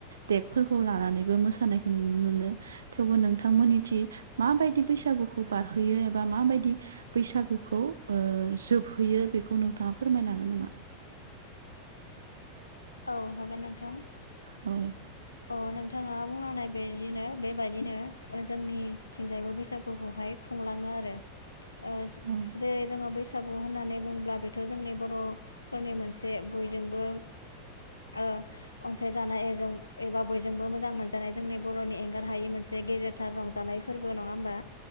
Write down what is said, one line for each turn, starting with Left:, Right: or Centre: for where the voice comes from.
Right: देगफोरखौ लानानैबो मोसानायखौ नुनो मोनो थेवबो नोंथांमोननि थिं माबायदि बैसागुखौ बारहोयो एबा माबायदि बैसागुखौ खौ ओ जोबहैयो बेखौ नोंथाङा फोरमायनो हागोन नामा।
Left: औ हागोन नोंथां
Right: औ।
Left: अ नोंथाङा बुंलांनाय बिदिनो बेबायाददिनो जोंनिथिंजायबो बैसागुखौहाय खुंलाङो आरो ओ
Right: औ
Left: जेरै जोङो बैसागु होननानै बुंङोब्ला बेथ' जोंनि बर'फोरनि मोनसे बयजोंबो ओ। अनसायजानायजों एबा बयजोंबो मोजां मोनजानाय जोंनि बर'नि एंगार हायि मोनसे गेदेर गोथार रंजानाय फोरबो नङा होमबा